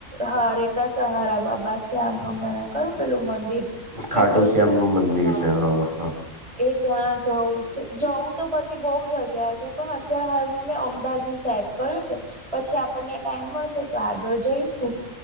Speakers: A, on the right; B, on the right.
A: હા રેખા સહારા બાબા શ્યામ અમારા કયું પેલું મંદિર. ખાટું
B: ખાટુ શ્યામ નું મંદિર
A: હા
B: છે હ હા.
A: એ ત્યાં જવું છે જવું તો બધી બહુ જગ્યાએ છે પણ અત્યારે હાલમાં મેં અંબાજી સાહેબ કર્યું છે, પછી આપણને ટાઈમ મળશે તો આગળ જઈશું.